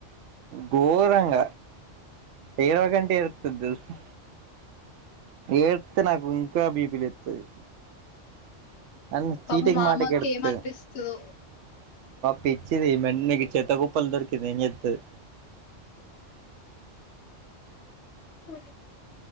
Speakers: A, on the right; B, on the left.
A: గోరంగ ఏడవకు అంటే ఏడ్తది తెలుసా ఏడితే నాకు ఇంకా బిపి లేతది నాన్ చీటికి
B: పాపం మా
A: మాటికి
B: అమ్మకి
A: ఎడతది
B: ఏం అనిపిస్తదో
A: పిచ్చిది ఇవిఅన్ని చెత్త కుప్పల దొరికింది ఎం చేతది
B: ఓ